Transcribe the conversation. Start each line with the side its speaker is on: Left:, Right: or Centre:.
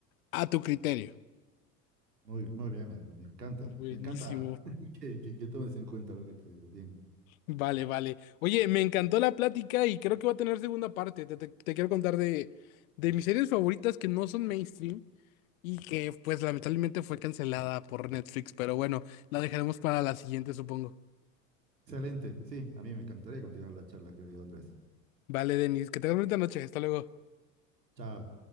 Left: a tu criterio.
Right: Muy, muy bien, me, me- me encanta.
Left: Buenísimo.
Right: Me encanta <laughs> que, que- que tomes en cuenta lo que te digo. Bien.
Left: Vale, vale. Oye, me encantó la plática y creo que va a tener segunda parte. Te, te- te quiero contar de, de mis series favoritas que no son mainstream y que pues lamentablemente fue cancelada por Netflix, pero bueno, la dejaremos para la siguiente, supongo.
Right: Excelente. Sí, a mí me encantaría continuar la charla, querido Andrés.
Left: Vale, Denis, que tengas bonita noche. Hasta luego.
Right: Chao.